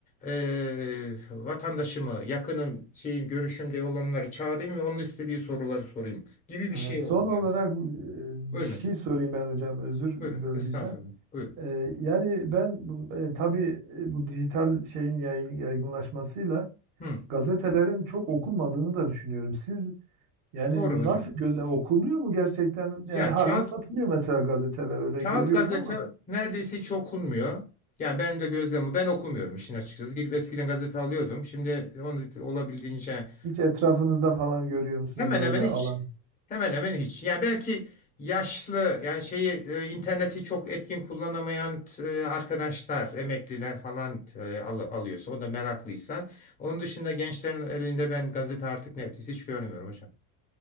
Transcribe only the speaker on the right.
Evet,
son
olarak
e,
bir şey
sorayım ben hocam özür
böldüysem.
Ee, yani ben e, tabii e, bu dijital şeyin yay- yaygınlaşmasıyla
gazetelerin çok okunmadığını da düşünüyorum. Siz yani
nasıl gözlem okunuyor mu gerçekten?
Yani halen
satılıyor mesela gazeteler öyle
görüyorum
ama
hiç etrafınızda falan görüyor musunuz
böyle
alan?